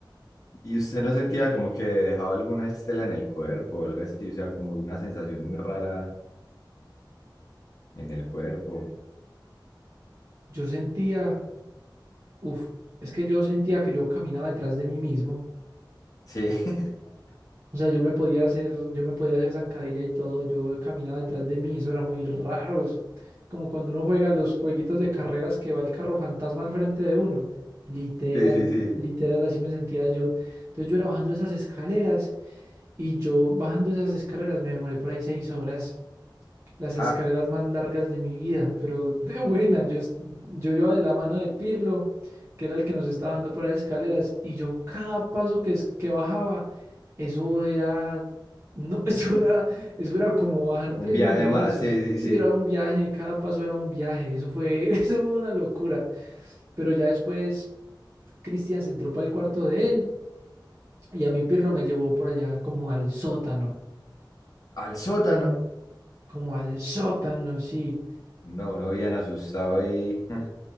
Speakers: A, on the left; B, on the right.
A: ¿Y usted no sentía como que dejaba alguna estela en el cuerpo o algo así? O sea, como una sensación muy rara en el cuerpo.
B: yo sentía, uff, es que yo sentía que yo caminaba detrás de mí mismo.
A: Sí, <laughs>
B: O sea, yo me podía hacer, yo me podía hacer zancadilla y todo, yo caminaba detrás de mí, eso era muy raro. es como cuando uno juega los jueguitos de carreras que va el carro fantasma al frente de uno. Literal,
A: sí, sí, sí.
B: literal, así me sentía yo. Entonces yo era bajando esas escaleras y yo bajando esas escaleras me demoré por ahí seis horas. las escaleras
A: Ja,
B: más largas de mi vida, pero de buena. Yo, es- yo iba de la mano de Pirlo, que era el que nos estaba dando por las escaleras, y yo cada paso que, es- que bajaba, eso era, no, <laughs> eso era, eso era como bajar tres
A: un viaje
B: universos.
A: más, sí,
B: Sí,
A: sí, sí.
B: era un viaje, cada paso era un viaje, eso fue, <laughs> eso fue una locura. Pero ya después Cristian se entró para el cuarto de él y a mí Pirlo me llevó por allá como al sótano,
A: ¿Al sótano?
B: como al sótano, sí.
A: No, uno bien asustado y... <laughs>